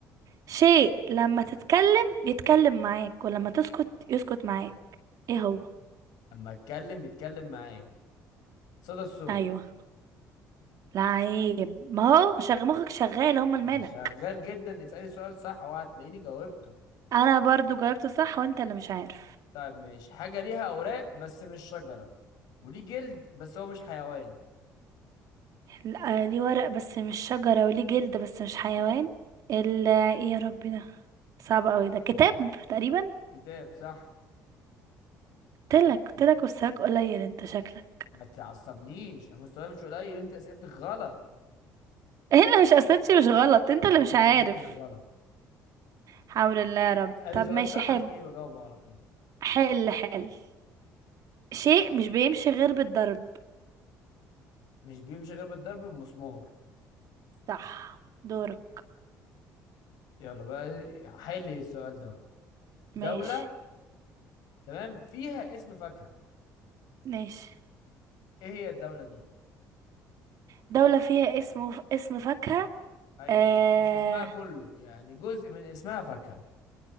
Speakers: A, on the right; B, on the left.
A: شيء لما تتكلم يتكلم معاك ولما تسكت يسكت معاك ايه هو
B: أما أتكلم يتكلم معايا صدى الصوت
A: ايوه لعيب ما هو شغ مخك شغال هما الملك
B: أنا شغال جدا اسألي السؤال صح وهتلاقيني جاوبته
A: انا برضو جاوبت صح وانت اللي مش عارف
B: طيب ماشي حاجة ليها أوراق بس مش شجرة وليه جلد بس هو مش حيوان
A: لا ليه ورق بس مش شجرة وليه جلد بس مش حيوان ال ايه يا ربي ده صعب قوي ده كتاب تقريبا
B: كتاب صح
A: قلتلك قلتلك مستواك قليل انت شكلك
B: ما تعصبنيش انا مستواي مش قليل انت اسئلتك غلط
A: هنا مش اساسي مش غلط انت اللي مش عارف
B: اسئلتك غلط
A: حول الله يا رب
B: اسالي
A: طب
B: سؤال
A: ماشي
B: صح
A: حل
B: هتلاقيني بجاوبه على طول
A: حل حل شيء مش بيمشي غير بالضرب
B: مش بيمشي غير بالضرب بمسمار
A: صح دورك
B: يلا بقى حل السؤال ده بقى دولة
A: ماشي
B: تمام فيها اسم فاكهة
A: ماشي
B: ايه هي الدولة دي
A: دولة فيها اسم ف... اسم فاكهة
B: ايوه
A: آه...
B: بس مش اسمها كله يعني جزء من اسمها فاكهة